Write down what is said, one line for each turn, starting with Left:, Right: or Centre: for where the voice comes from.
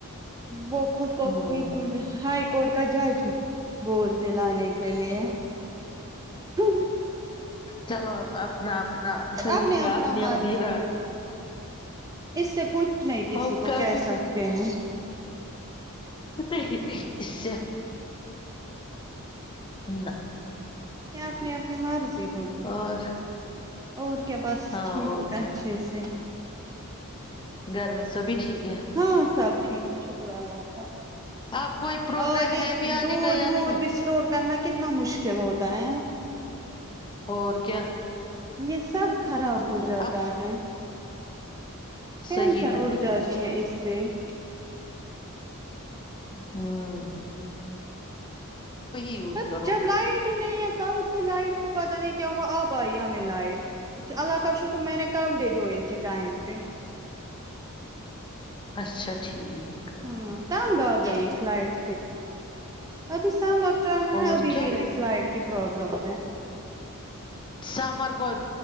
Right: وہ خود کو
Left: ہوں
Right: ہائی کورٹ کا جج بولتے ل <unintelligible> س لیے <unintelligible>
Left: چلو اپنا اپنا طریقہ
Right: اپنے اپنا
Left: اپنی
Right: مرضی
Left: اپنی رائے
Right: اس سے کچھ نہیں کسی
Left: ہم
Right: کو
Left: کر
Right: کہ
Left: بھی
Right: سکتے
Left: کیا
Right: ہیں
Left: نہیں نہیں اس ہ <inaudible>
Right: اپنے اپنی مرضی ہوتی
Left: اور
Right: اور <inaudible> بس
Left: ہاں
Right: ٹھیک
Left: اور
Right: ہے
Left: کیا
Right: اچھے سے
Left: گھر میں سبھی ٹھیک ہے
Right: ہاں سب ٹھیک ہے شکر اللہ <unintelligible>
Left: آپ کوئی پروگرام
Right: ا ج
Left: ہے بھی آنے
Right: دودھ
Left: کا یا
Right: وھ
Left: نہیں
Right: بھی اسٹور کرنا <inaudible> کتنا مشکل ہوتا ہے
Left: اور کیا
Right: یہ سب خراب ہو جاتا
Left: اب
Right: ہے ٹینشن
Left: صحیح میں
Right: اٹ جاتی ہے اس سے <inaudible>
Left: ہاں <inaudible> یوز
Right: ہ
Left: کرو
Right: جب لائٹ ہی نہیں ہے کنگ سے لائٹ کو پتہ نہیں کیا وہ آب آئی ہمیں لائٹ اللہ کا شکر میں نے کپڑے دوئے تھے ٹائم پہ <inaudible>
Left: اچھا ٹھیک
Right: ہاں <inaudible> تنگہ گئےئی ف لائٹ ابھی سامر چل رہا
Left: اور
Right: ہے ابھی
Left: کیا
Right: بھی سلائڈ کی پرابلم ہے
Left: سمر کو